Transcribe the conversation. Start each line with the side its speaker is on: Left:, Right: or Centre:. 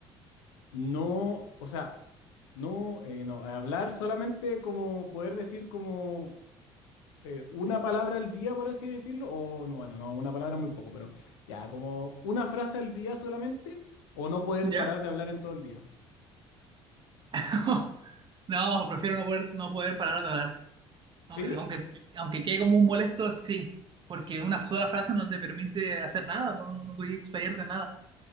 Left: no, o sea, no, eh, no, hablar solamente como poder decir como eh, una palabra al día, por así decirlo, o no, bueno, no, una palabra es muy poco, pero ya, como una frase al día solamente, o no poder
Right: ¿Ya?
Left: parar de hablar en todo el día.
Right: <laughs> No, prefiero no poder, no poder parar de hablar.
Left: ¿Sí?
Right: Aunque, aunque, aunque quede como un molesto, sí, porque una sola frase no te permite hacer nada, no, no puedes explayarte nada.